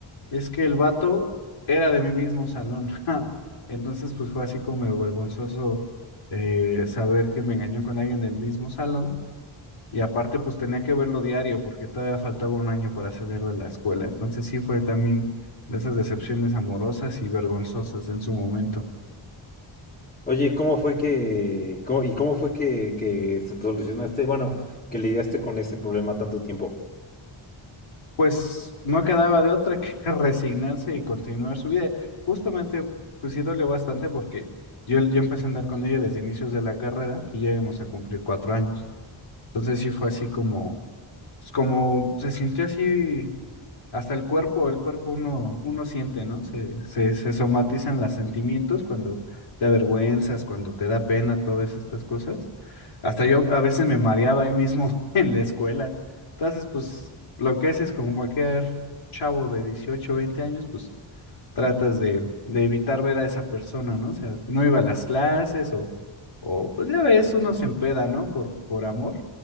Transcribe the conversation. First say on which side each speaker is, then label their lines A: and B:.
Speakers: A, on the left (about 75°); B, on the left (about 20°).
A: es que el vato era de mi mismo salón. <laughs> ja. Entonces, pues fue así como medio vergonzoso eh, saber que me engañó con alguien del mismo salón. Y aparte, pues tenía que verlo diario porque todavía faltaba un año para salir de la escuela. Entonces sí fue también de esas decepciones amorosas y vergonzosas en su momento.
B: Oye, ¿cómo fue que, cómo- y cómo fue que, que solucionaste, bueno, que lidiaste con ese problema tanto tiempo?
A: pues no quedaba de otra que <laughs> resignarse y continuar su vida. Justamente, pues sí dolió bastante porque yo, yo empecé a andar con ella desde inicios de la carrera y ya íbamos a cumplir cuatro años. Entonces sí fue así como, pues, como se sintió así hasta el cuerpo, el cuerpo uno, uno siente, ¿no? Se, se, se somatizan los sentimientos cuando te avergüenzas, cuando te da pena, todas estas cosas. Hasta yo a veces me mareaba ahí mismo <laughs> en la escuela. Entonces, pues, lo que haces como cualquier chavo de 18 20 años, pues, tratas de, de evitar ver a esa persona, ¿no? O sea, no iba a las clases o, o pues ya ves, uno se empeda, ¿no? Por, por amor